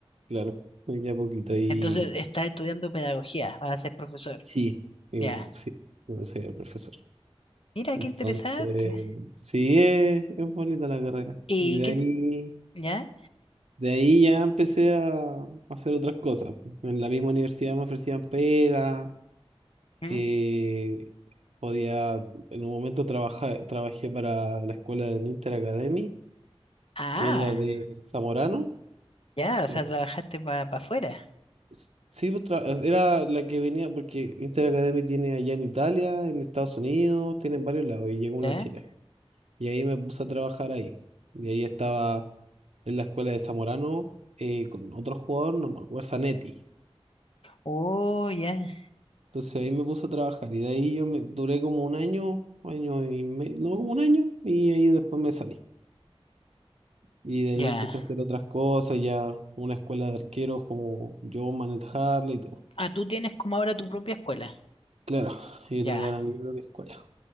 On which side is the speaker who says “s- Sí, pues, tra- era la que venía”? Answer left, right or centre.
Right